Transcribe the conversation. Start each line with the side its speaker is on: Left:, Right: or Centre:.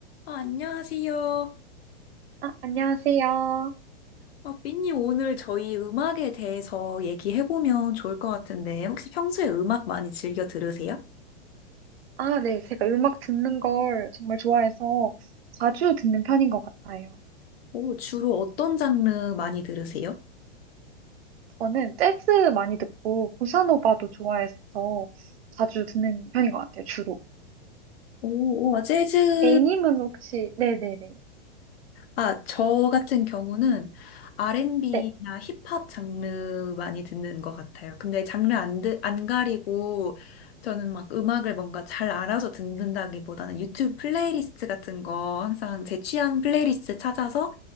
Left: 어, 안녕하세요.
Right: 아, 안녕하세요.
Left: 어, 삐님, 오늘 저희 음악에 대해서 얘기해보면 좋을 것 같은데, 혹시 평소에 음악 많이 즐겨 들으세요?
Right: 아, 네. 제가 음악 듣는 걸 정말 좋아해서 자주 듣는 편인 것 같아요.
Left: 오, 주로 어떤 장르 많이 들으세요?
Right: 저는 재즈 많이 듣고 보사노바도 좋아해서 자주 듣는 편인 것 같아요, 주로.
Left: 오, 와, 재즈.
Right: A님은 혹시, 네네네.
Left: 아, 저 같은 경우는 R&B나
Right: 네.
Left: 힙합 장르 많이 듣는 것 같아요. 근데 장르 안, 드, 안 가리고, 저는 막 음악을 뭔가 잘 알아서 듣는다기보다는 유튜브 플레이리스트 같은 거 항상 제 취향 플레이리스트 찾아서